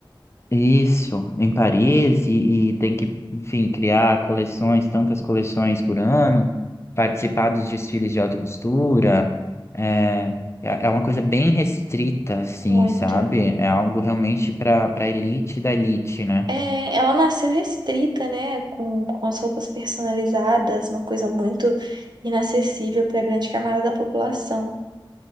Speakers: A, on the left (about 30°); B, on the right (about 55°).
A: Isso, em Paris, e, e tem que, enfim, criar coleções, tantas coleções por ano, participar dos desfiles de alta costura. É, é é uma coisa bem restrita, assim,
B: Muito.
A: sabe? É algo realmente para para elite da elite, né?
B: É, ela nasceu restrita, né? Com, com as roupas personalizadas, uma coisa muito inacessível para a grande camada da população.